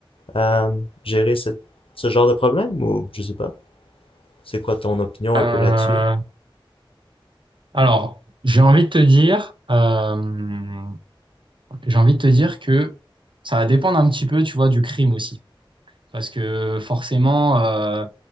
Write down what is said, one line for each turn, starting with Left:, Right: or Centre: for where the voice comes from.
Left: euh, gérer ce, ce genre de problème ou je sais pas, c'est quoi ton opinion
Right: Euh,
Left: un peu là-dessus?
Right: alors, j'ai envie de te dire, euh, j'ai envie de te dire que ça va dépendre un petit peu, tu vois, du crime aussi, parce que forcément, euh,